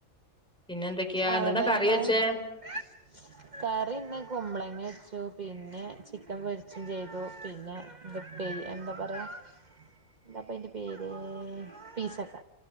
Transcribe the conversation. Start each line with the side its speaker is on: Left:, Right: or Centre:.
Centre: പിന്നെ എന്തൊക്കെയാ
Right: അവിടെ
Centre: എന്ത്ന്നാ കറി
Right: എങ്ങനെ
Centre: വെച്ചേ
Right: <inaudible> കറി ഇന്ന് കുമ്പളങ്ങ വെച്ചു പിന്നെ ചിക്കൻ പൊരിച്ചും ചെയ്തു പിന്നെ ഇതൊക്കെയ് എന്താ പറയ എന്താപ്പയ് ന്റെ പേര്... പീച്ചക്ക